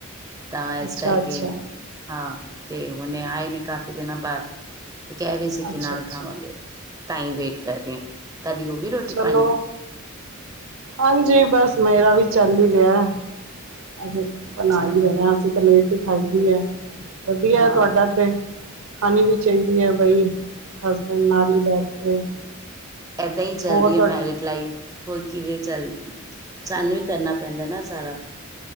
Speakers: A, on the right; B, on the right.
A: ਤਾਂ ਇਸ
B: ਅੱਛਾ
A: ਕਰਕੇ,
B: ਅੱਛਾ
A: ਹਾਂ ਤੇ ਹੁਣੇ ਆਏ ਨੇ ਕਾਫ਼ੀ ਦਿਨਾਂ ਬਾਅਦ ਤੇ ਕਹਿ ਰਹੇ ਸੀ, ਕਿ
B: ਅੱਛਾ
A: ਨਾਲ
B: ਅੱਛਾ
A: ਖਾਵਾਂਗੇ, ਤਾਹੀਂ ਵੇਟ ਕਰ ਰਹੇ ਹਾਂ, ਤੁਹਾਡੀ ਹੋ ਗਈ ਰੋਟੀ
B: ਚਲੋ
A: ਪਾਣੀ
B: ਹਾਂਜੀ, ਬਸ ਮੇਰਾ ਵੀ ਚੱਲ ਹੀ ਰਿਹਾ ਅੱਜ ਬਣਾ
A: ਚਲੋ
B: ਹੀ ਰਹੇ ਹਾਂ, ਅਸੀਂ ਤੇ ਲੇਟ ਹੀ ਖਾਈ ਦੀ ਏ ਵਧੀਆ
A: ਹਾਂ
B: ਤੁਹਾਡਾ ਤੇ, ਖਾਣੀ ਵੀ ਚਾਹੀਦੀ ਹੈ ਬਈ ਹਸਬੈਂਡ ਨਾਲ ਹੀ ਬੈਠ ਕੇ।
A: ਇੱਦਾਂ ਹੀ, ਚੱਲਦੀ
B: ਹੋਰ
A: ਹੈ
B: ਤੁਹਾ
A: ਮੈਰਿਜ। ਲਾਈਫ ਹੋਰ, ਕਿਵੇਂ ਰਹੀ ਹੈ ਸਾਨੂੰ ਹੀ ਕਰਨਾ ਪੈਂਦਾ ਨਾ ਸਾਰਾ